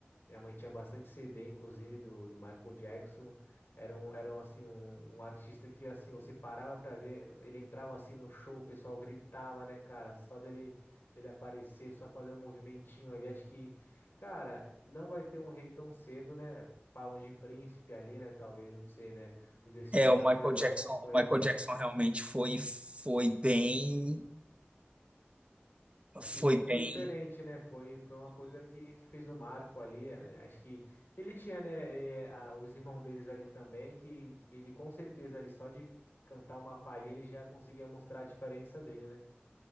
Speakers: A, on the left; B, on the right.
A: Minha mãe tinha bastante CD, inclusive, do, do Michael Jackson. Era um, era um, assim, um, um artista que, assim, você parava pra ver, ele entrava, assim, no show, o pessoal gritava, né, cara? Só dele, dele aparecer, só fazer um movimentinho ali. Acho que, cara, não vai ter um rei tão cedo, né? Falam de príncipe ali, né? Talvez, não sei, né? O Justin
B: É,
A: Bieber
B: o Michael
A: eu
B: Jackson,
A: não acompanho
B: o Michael
A: muito.
B: Jackson realmente foi foi bem,
A: Assim,
B: foi
A: fo- foi,
B: bem,
A: diferente, né? Foi, foi uma coisa que, que fez o marco ali. eh, Acho que ele tinha, né, eh, a- os irmãos deles ali também, que ele com certeza ali só de cantar uma palhinha ele já conseguia mostrar a diferença dele, né?